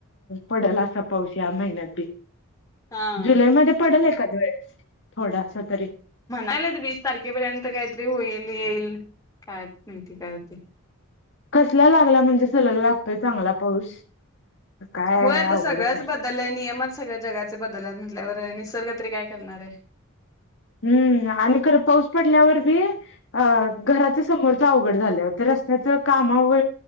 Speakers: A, on the left (about 55°); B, on the left (about 15°).
A: पडेल असा पाऊस या महिन्यात बी
B: हा
A: जुलैमध्ये पडलय का थोडा स तरी
B: म्हणाले वीस तारखेपर्यंत काहीतरी होईल येईल काय माहिती काते...
A: कसला लागला म्हणजे सलग लागतोय चांगला पाऊस काय
B: होय आता
A: अवघडच
B: सगळंच बदल आहे नियमच सगळं जगाचे बदल आपल्यावर निसर्ग तरी काय करणार आहे..
A: हम्म आणि खरं पाऊस.. पडल्यावर बी अ घराच्या समोरच अवघड झालं तर रस्त्याच कामा व